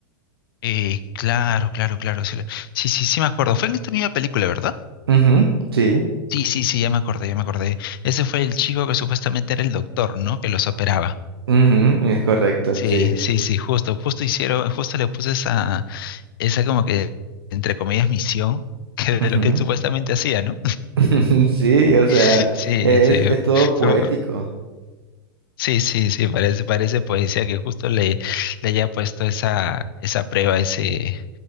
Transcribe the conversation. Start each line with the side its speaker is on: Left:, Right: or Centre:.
Left: Eh, claro, claro, claro. Sí, lo- sí, sí, sí me acuerdo. Fue en esta misma película, ¿verdad?
Right: Ujú, sí,
Left: Sí, sí, sí, ya me acordé, ya me acordé. Ese fue el chico que supuestamente era el doctor, ¿no? Que los operaba.
Right: ujú, es correcto,
Left: Sí,
Right: sí.
Left: sí, sí, justo, justo hicieron, justo le puse esa, esa como que, entre comillas, misión <laughs> que de
Right: ujú.
Left: lo que él supuestamente hacía, ¿no?
Right: <laughs> Sí, o sea,
Left: <laughs> Sí,
Right: es,
Left: sí,
Right: es todo poético.
Left: fue- sí, sí, sí, parece, parece poesía que justo le, le haya puesto esa, esa prueba, ese,